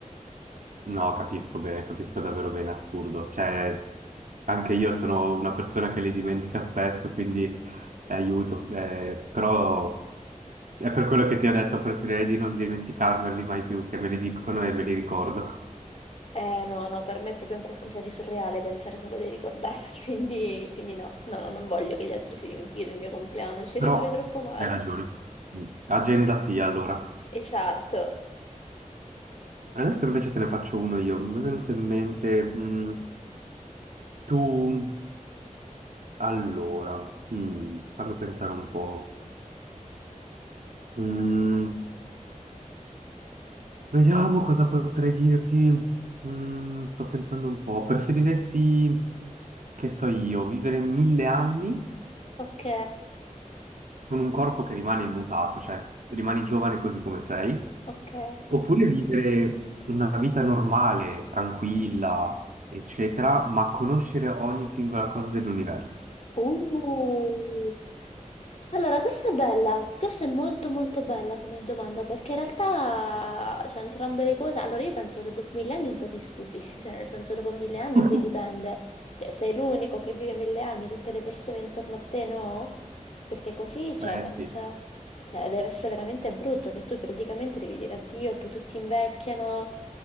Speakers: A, on the right; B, on the left.
A: No, capisco bene, capisco davvero bene, assurdo. Cioè, anche io sono una persona che li dimentica spesso, quindi eh, aiuto. Eh, però è per quello che ti ho detto, preferirei di non dimenticarmeli mai più, che me li dicono e me li ricordo.
B: Eh no, no, per me è proprio un qualcosa di surreale pensare solo di ricordarli, <laughs> quindi, quindi no, no, no, non voglio che gli altri si dimentichino il mio compleanno, ci
A: Però
B: rimarrei troppo male.
A: hai ragione. Mm. Agenda sì, allora.
B: Esatto.
A: Adesso invece te ne faccio uno io. Mi è venuto in mente, mm, tu... Allora, mm, fammi pensare un po'. Mm, Vediamo cosa potrei dirti. Mm, sto pensando un po'. Preferiresti, che so io, vivere mille anni
B: Ok,
A: con un corpo che rimane immutato, cioè rimani giovane così come sei,
B: ok.
A: oppure vivere una vita normale, tranquilla, eccetera, ma conoscere ogni singola cosa dell'universo?
B: Uh. Allora, questa è bella, questa è molto molto bella come domanda perché in realtà c'è entrambe le cose. Allora, io penso che dopo mille anni un po' ti stufi, <laughs> cioè nel senso dopo mille
A: <laughs>
B: anni poi dipende, cioè sei l'unico che vive mille anni, tutte le persone intorno a te no? Perché così, cioè,
A: Eh
B: pensa.
A: sì,
B: Cioè, deve essere veramente brutto che tu periodicamente devi dire addio e poi tutti invecchiano.